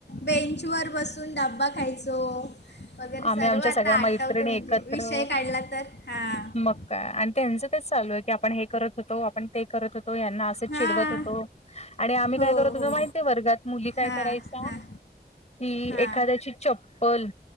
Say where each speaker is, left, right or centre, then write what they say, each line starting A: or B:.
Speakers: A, on the left; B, on the left.
A: बेंच वर बसून डबा खायचो. वगैरे
B: आम्ही
A: सर्व
B: आमच्या
A: आता
B: सगळ्या मैत्रिणी
A: आठवते म्हणजे
B: एकत्र
A: विषय काढला तर हां
B: मग का आणि त्यांच तेच चालू आहे की आपण हे करत होतो, आपण ते करत होतो, यांना अस असं
A: हां
B: चीडवत होतो आणि आम्ही
A: हो
B: काय करत होतो
A: हो
B: माहितीय, वर्गात मुली काय
A: हां
B: करायचा
A: हां
B: कि
A: हां
B: एखाद्याची चप्पल